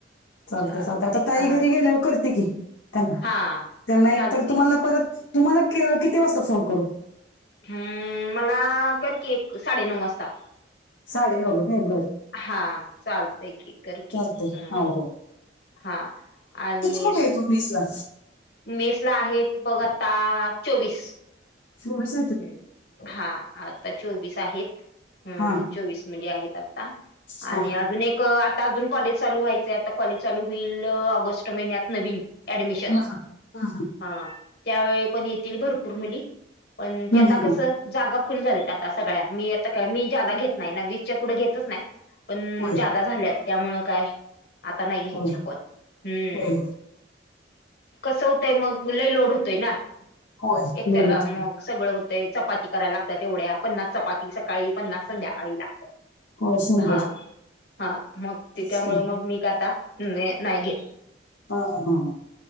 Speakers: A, on the left (about 85°); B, on the left (about 60°).
A: चालते
B: चालतय
A: चालते आता ताई
B: हा
A: घरी गेल्यावर करते की त्यांना
B: हा
A: त्यांना एक
B: चालतय
A: तर तुम्हाला
B: की
A: परत तुम्हाला किती वाजता फोन करून..
B: हम्म मला करकीी एक साडेनऊ वाजता.
A: साडे नऊला काय बर
B: हा चालत आहे की करकी
A: चालतंय
B: हम्म
A: हो
B: हा आणि
A: कुठे येतो मीसला
B: मेस ला आहेत बघ आता चोवीस
A: शमस
B: हम्म हा आता चोवीस आहेत हम
A: हा हा
B: चोवीस मध्ये आहेत आता
A: हा
B: आणि अजून एक आता अजून कॉलेज चालू व्हायचंय आता कॉलेज चालू होईल ऑगस्ट महिन्यात नवीन ऍडमिशन
A: हा हा
B: हा त्यावेळी पण येतील भरपूर मुली पण ते
A: हा
B: आता कसं जागा फुल झालीत आता सगळ्या मी आता काय मी जादा घेत नाही ना वीसच्या पुढे घेतच नाही पण
A: होय
B: जादा झाल्यात त्यामुळ काय आता नाही या्यायच्या
A: होय
B: पण हम्म
A: होय
B: कसं होतंय मग मु लही लोड होतोय ना
A: होय
B: एकट्याला
A: नडूच
B: मग सगळं होतय चपाती करायला लागतात तेवढ्या पन्नास चपाती सकाळी पन्नास संध्याकाळी लागतात
A: हो शंभर
B: हा हा मग त्याच्यामुळे
A: तेच की
B: मग मी का आता नाही घेत
A: हा हा हा हा